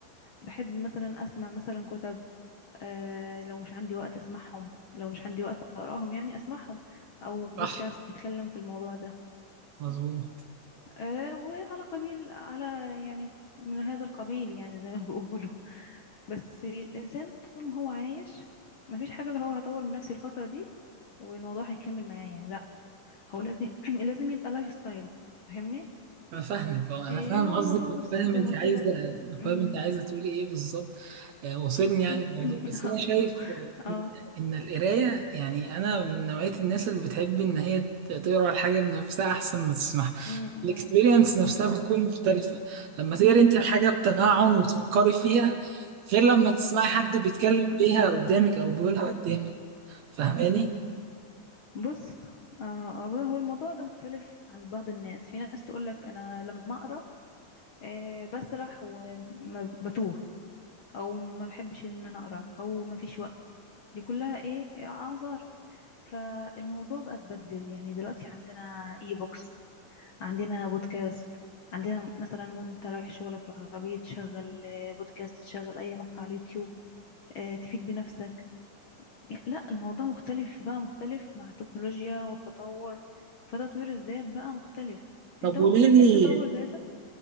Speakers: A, on the left; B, on the right.
A: بحب مثلا اسمع مثلا كتب إيه لو مش عندي وقت اسمعهم لو مش عندي وقت اقراهم يعني اسمعهم او بودكاست
B: صح
A: بيتكلم في الموضوع ده
B: مظبوط
A: إيه وعلى قبيل على يعني من هذا القبيل يعني زي ما <laughs> بيقولوا بس الانسان طول ما هو عايش مفيش حاجه اللي هو هطور من نفسي الفتره دي والموضوع هيكمل معايا هو لازم <clears throat> لازم يبقى لايف ستايل فاهمني
B: انا فاهمك اه
A: ايه
B: انا فاهم
A: هو الموضوع
B: قصدك
A: بس
B: فاهم
A: زي
B: انت
A: ما قلت
B: عايزه
A: لك أمم.
B: فاهم انت عايزه تقولي ايه بالظبط آه، وصلني
A: <clears throat>
B: يعني الموضوع بس انا شايف آه،
A: اه
B: ان القرايه يعني انا من نوعيه الناس اللي بتحب ان هي ت- تقرا الحاجه بنفسها احسن ما تسمعها
A: أمم.
B: الاكسبيرينس نفسها بتكون مختلفه لما تقري انت الحاجه بتمعن وتفكري فيها غير لما تسمعي حد بيتكلم
A: أمم.
B: بيها قدامك او بيقولها قدامك فاهماني
A: بص اه آه، هو الموضوع ده مختلف عند بعض الناس في ناس تقول لك انا لما اقرا إيه بسرح وبتوه او ما بحبش ان انا اقرا او ما فيش وقت دي كلها ايه اعذار فالموضوع بقى اتبدل يعني دلوقتي عندنا اي بوكس عندنا بودكاست عندنا مثلا وانت رايح شغلك في العربية تشغل آه، بودكاست تشغل اي مقطع على اليوتيوب آه، تفيد بنفسك يعني لا الموضوع مختلف بقى مختلف مع التكنولوجيا والتطور فتطوير الذات بقى مختلف
B: طب
A: انت
B: قولي
A: ممكن
B: لي
A: تطور ذاتك